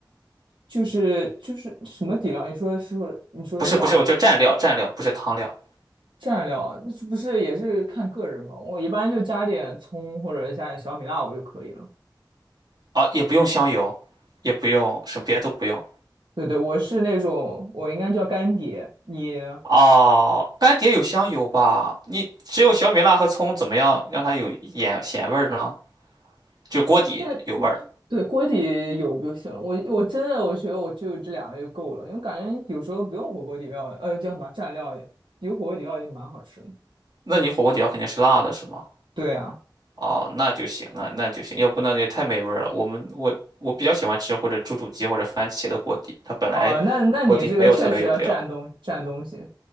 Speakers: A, on the right (about 90°); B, on the right (about 55°).
A: 就是就是什么底料？你说是你说是辣锅
B: 不是不是，我就蘸料蘸料，不是汤料
A: 蘸料，那是不是也是看个人嘛？我一般就加点葱或者加点小米辣我就可以了。
B: 啊，也不用香油，也不用什么别的都不用。
A: 对对，我是那种我应该叫干碟，你呢
B: 哦，干碟有香油吧？你只有小米辣和葱，怎么样让它有盐咸味儿呢？就锅底有味儿。
A: 那对锅底有就行了。我我真的我觉得我就这两个就够了，因为感觉有时候不用火锅底料，呃，叫什么蘸料也有火锅底料也蛮好吃的。
B: 那你火锅底料肯定是辣的，是吗？
A: 对啊，
B: 哦，那就行，那那就行，要不那也太没味儿了。我们我我比较喜欢吃或者猪肚鸡或者番茄的锅底，它本来锅底没有特别有料。
A: 哦，那那你这个确实要蘸东蘸东西，